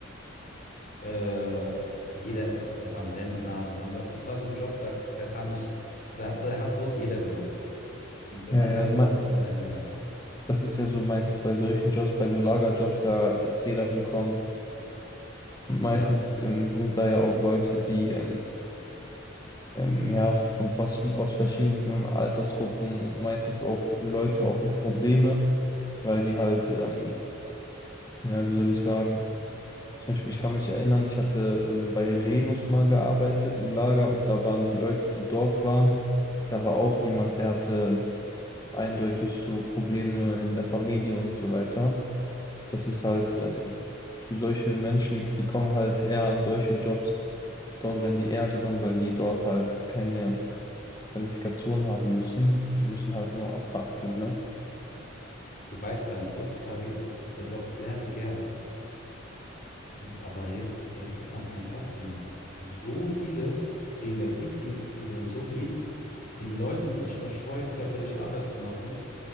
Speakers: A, on the left; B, on the left.
A: Äh, jeder, also da waren Rentner, da waren Leute, es war so ein Job, da, da kam nicht, da, da hat, wurde jeder genommen. Und wenn
B: Ja,
A: man
B: ja,
A: Geld
B: ma-
A: braucht, ist
B: ist,
A: man dahin gegangen.
B: das ist ja so meistens bei solchen Jobs, bei so Lagerjobs, da ist jeder willkommen. Und meistens
A: Ja,
B: ähm, sind da ja auch Leute, die ähm, ähm, ja von verschied aus verschiedensten Altersgruppen und meistens auch Leute auch mit Probleme, weil die halt, ähm, ja, wie soll ich sagen, Zum Beispiel, ich kann mich erinnern, ich hatte ähm, bei Renus mal gearbeitet im Lager und da waren die Leute, die dort waren, da war auch jemand, der hatte eindeutig so Probleme in der Familie und so weiter. Das ist halt ähm, für solche Menschen, die kommen halt eher an solche Jobs, die dort werden die eher genommen, weil die dort halt keine Qualifikation haben müssen. Die müssen halt nur anpacken können, ne?
A: du weißt gar nicht, heutzutage ist der Job sehr begehrt. Aber jetzt, da kriegt man keinen Platz mehr. Das sind so viele wegen der Flüchtlingskrise und so. Jed, die Leute sind nicht mehr scheu, körperliche Arbeit zu machen.